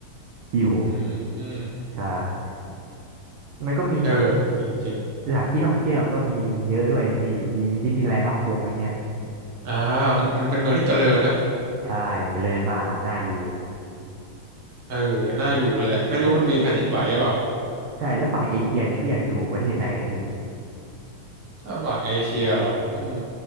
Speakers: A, on the right; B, on the right.
A: อยู่
B: อืม
A: ใช่มันก็มีแบบ
B: เออจริงจริง
A: สถานที่ท่องเที่ยวมันก็มีเยอะด้วยนี่พี่ดีมีดิสนีย์แลนด์ฮ่องกงอะไรเงี้ย
B: อ่ามันมันเป็นเมืองที่เจริญนะ
A: ใช่เจริญมากแบบน่าอยู่
B: เออน่าอยู่เลยแหละไม่รู้มันมีแผ่นดินไหวหรือเปล่า
A: แล้วใช่แล้วฝั่งเอเชียเนี่ยพี่อยากอยู่ประเทศไหนอะพี่
B: ถ้าฝั่งเอเชียเหรออืม